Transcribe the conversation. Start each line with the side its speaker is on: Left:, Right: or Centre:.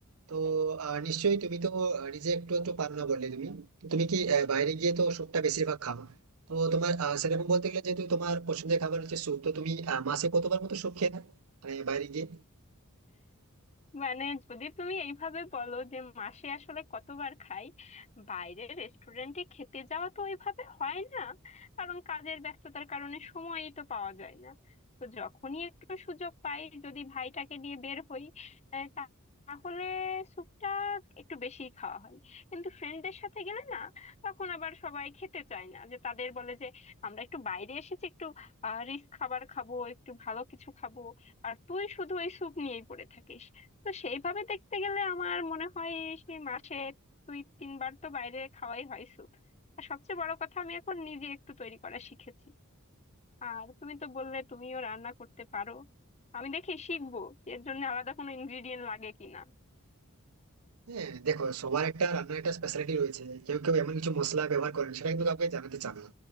Right: তো আহ, নিশ্চয়ই তুমি তো আহ, নিজে একটু একটু পারো না বললে তুমি তো তুমি কি আহ, বাইরে গিয়ে তো স্যুপটা বেশিরভাগ খাও তো তোমার আহ, সেরকম বলতে গেলে যেহেতু তোমার পছন্দের খাবার হচ্ছে স্যুপ তো তুমি আহ, মাসে কতবার মতো স্যুপ খেয়ে না মানে বাইরে গিয়ে
Left: মানে যদি তুমি এইভাবে বলো যে মাসে আসলে কতবার খাই বাইরের রেস্টুরেন্টে খেতে যাওয়া তো ওইভাবে হয় না কারণ কাজের ব্যস্ততার কারণে সময়ই তো পাওয়া যায় না তো যখনই একটু সুযোগ পাই যদি ভাইটাকে নিয়ে বের হই আহ, তা- তাহলে স্যুপটা একটু বেশি খাওয়া হয় কিন্তু ফ্রেন্ডদের সাথে গেলে না তখন আবার সবাই খেতে চায় না যে তাদের বলে যে আমরা একটু বাইরে এসেছি একটু রিস্ক খাবার খাবো একটু ভালো কিছু খাবো আর তুই শুধু ওই স্যুপ নিয়েই পড়ে থাকিস তো সেইভাবে দেখতে গেলে আমার মনে হয় সেই মাসে দুই তিনবার তো বাইরে খাওয়াই হয় স্যুপ আর সবচেয়ে বড় কথা আমি এখন নিজে একটু তৈরি করা শিখেছি আর তুমি তো বললে তুমিও রান্না করতে পারো আমি দেখি শিখবো এর জন্য আলাদা কোনো ইনগ্রিডিয়েন্ট লাগে কিনা
Right: হ্যাঁ দেখো সবার একটা রান্নার একটা স্পেশালিটি রয়েছে কেউ কেউ এমন কিছু মশলা ব্যবহার করেন সেটা কিন্তু কাউকে জানাতে চান না